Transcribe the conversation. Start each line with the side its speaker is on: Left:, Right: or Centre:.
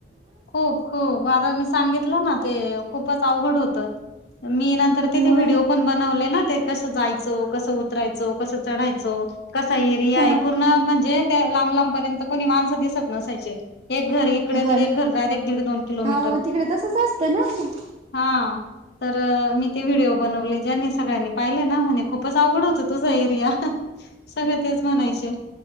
Left: खूप खूप आता मी सांगितलं ना ते खूपच अवघड होत मी नंतर तर तिथे
Right: मग
Left: व्हिडिओ पण बनवले ना ते कंस जायचं कस उतरायचो कस चढायचो कसा एरिया
Right: हा
Left: आहे पूर्ण मणजे लांब लांबपर्यंत कोणी माणस दिसत नसायचे एक घर इकड
Right: हा
Left: तर एक घर डायरेक्ट दीड, दोन किलोमीटर
Right: हा हो तिकडे तसच असतं ना मग
Left: हा. तर मी ते व्हिडिओ बनवले ज्यांनी सगळ्यांनी पाहिले ना म्हणे खूपच आवड होत तुझा एरिया सगळं तेच म्हणायचे